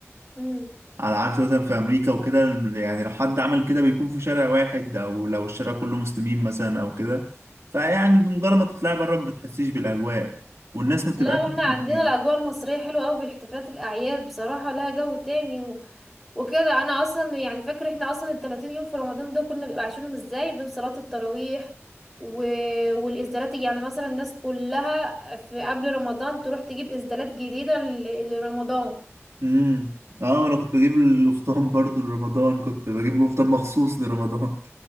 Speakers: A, in the centre; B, on the right.
A: مم.
B: على عكس مثلا في امريكا وكده يعني لو حد عمل كده بيكون في شارع واحد او لو الشارع كله مسلمين مثلا او كده فيعني بمجرد ما تطلعي بره ما بتحسيش بالاجواء والناس ما بتبقاش
A: لا لا
B: نفس
A: احنا عندنا
B: الناس.
A: الاجواء المصريه حلوه قوي بالاحتفالات الاعياد بصراحه لها جو تاني و... وكده انا اصلا يعني فاكره احنا اصلا ال 30 يوم في رمضان ده كنا بيبقى عايشينهم ازاي بين صلاه التراويح و... والازدالات يعني مثلا الناس كلها في قبل رمضان تروح تجيب ازدالات جديده ل... لرمضان
B: امم اه انا كنت بجيب القفطان برضو لرمضان كنت بجيب قفطان مخصوص لرمضان